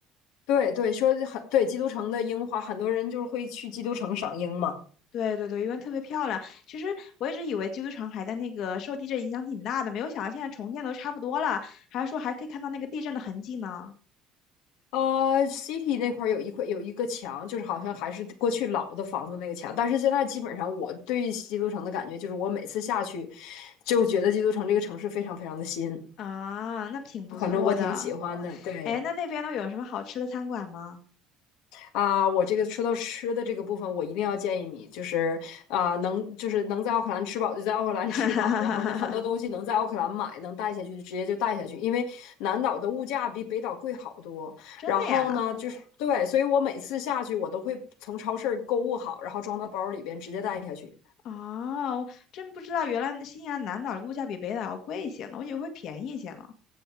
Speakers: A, on the left; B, on the left.
A: 对对，说很对基督城的樱花，很多人就是会去基督城赏樱嘛。
B: 对对对，因为特别漂亮。其实我一直以为基督城还在那个受地震影响挺大的，没有想到现在重建都差不多了，还是说还可以看到那个地震的痕迹呢。
A: 呃，City 那块儿有一块有一个墙，就是好像还是过去老的房子那个墙，但是现在基本上我对基督城的感觉就是，我每次下去就觉得基督城这个城市非常非常的新，
B: 啊，那挺不错的。
A: 反正我挺喜欢的，对。
B: 哎，那那边都有什么好吃的餐馆吗？
A: 啊、我这个说到吃的这个部分，我一定要建议你，就是啊、能就是能在奥克兰吃饱就在奥克兰吃饱，
B: <laughs>
A: 然后呢，很多东西能在奥克兰买，能带下去就直接就带下去，因为南岛的物价比北岛贵好多。
B: 真的呀？
A: 然后呢，就是对，所以我每次下去，我都会从超市购物好，然后装到包里边直接带下去。
B: 哦，真不知道原来那新西兰南岛的物价比北岛要贵一些呢，我以为会便宜一些呢。